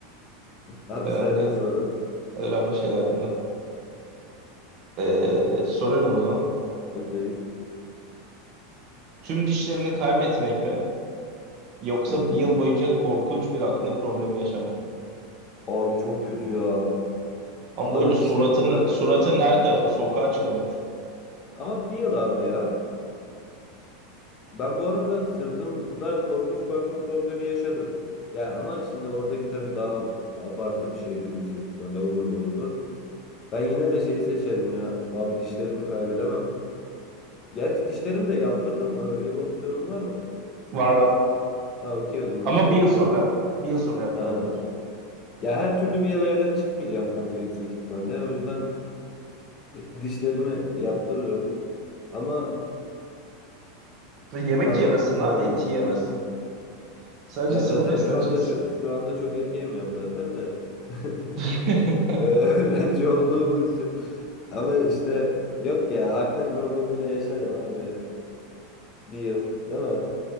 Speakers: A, on the left; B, on the right.
A: Abi
B: Önemli
A: sende soru.
B: önemli şeyler bunlar. E, soruyorum o zaman.
A: Okey.
B: Tüm dişlerini kaybetmek mi? Yoksa
A: Tamam.
B: bir yıl boyunca korkunç bir akne problemi yaşamak mı?
A: Abi çok kötü ya.
B: Ama
A: Ama
B: böyle suratının
A: dişlerimi kaybedemem.
B: suratın her tarafı sokağa çıkamıyorsun.
A: Ama bir yıl abi ya. Ben bu arada sırtımda korkunç bir akne problemi yaşadım. Ya ama şimdi oradaki tabii daha abartı bir şeydir yüksek ihtimalle overdose'dur. Ben yine de şey seçerim ya. Abi dişlerimi kaybedemem. Gerçi dişlerimi de yaptırırım lan. Öyle bir opsiyonum var mı?
B: Var var.
A: Ha okey o zaman
B: Ama
A: dişlerimi
B: bir yıl
A: kaybettim.
B: sonra bir yıl sonra yaptırabiliyorsun.
A: Ha. Ya her türlü bir yıl evden çıkmayacağım kanka yüksek ihtimalle. O yüzden <laughs> dişlerimi yaptırırım. Ama
B: Yemek
A: kanka
B: yemezsin
A: bilmiyorum
B: ha, et
A: ya.
B: yiyemezsin. Sadece
A: Ya
B: sıvı
A: zaten
B: besleneceksin.
A: şu anda çok, şu anda çok et yemiyorum zaten de. <laughs>
B: <laughs>
A: Öğrenci olduğumuz için. Ama işte yok ya akne problemiyle yaşarım abi. Bir yıl değil mi?